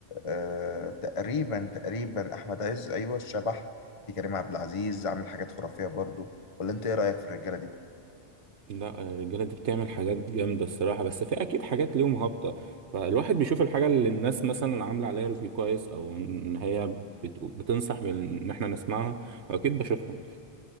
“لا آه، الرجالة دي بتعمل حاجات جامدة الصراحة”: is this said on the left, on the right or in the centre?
Right